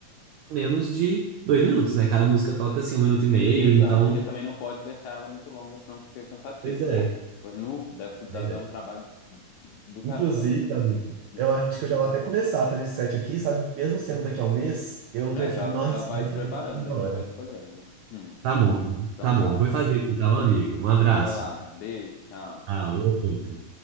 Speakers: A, on the right (about 85°); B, on the left (about 80°).
A: menos de dois minutos, né? Cada música toca assim um minuto e meio,
B: exato,
A: então.
B: porque também não pode deixar ela muito longa, senão fica cansativo,
A: Pois é,
B: né? Pois- Nu, deve, se- deve
A: pois
B: dar
A: é.
B: um trabalho do caramba,
A: Inclusive,
B: amigo.
A: amigo,
B: Hum.
A: eu acho que eu já vou até começar a fazer esse set aqui, sabe? Mesmo sendo daqui a um mês, eu
B: É,
A: prefiro
B: já,
A: não arriscar
B: já vai se
A: e fazer
B: preparando
A: tudo na
B: aí,
A: hora.
B: já vai escolhendo. Hum.
A: Tá bom,
B: Então
A: tá bom.
B: tá.
A: Vou fazer aqui, tá, meu amigo? Um abraço.
B: Então vai lá. Beijo, tchau.
A: Ah, outro.